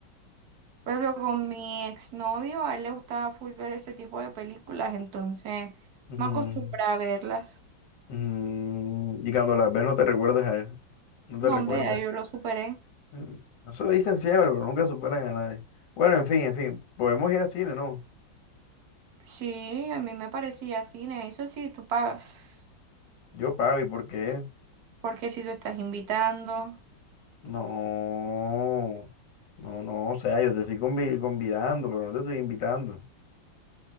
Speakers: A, on the right (about 65°); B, on the left (about 65°).
A: Por ejemplo, con mi exnovio, a él le gustaba full ver ese tipo de películas, entonces
B: Ujú,
A: me acostumbré a verlas.
B: ujú. Y cuando las ves no te recuerdas a él, no te
A: No,
B: recuerdas.
A: hombre, ya yo lo superé.
B: Mm. Eso dicen siempre, pero nunca superan a nadie. Bueno, en fin, en fin, podemos ir al cine, ¿no?
A: Sí, a mí me parecía cine, eso sí, tú pagas.
B: Yo pago, ¿y por qué?
A: Porque si tú estás invitando,
B: No, no, no, o sea, yo te estoy convi- convidando, pero no te estoy invitando.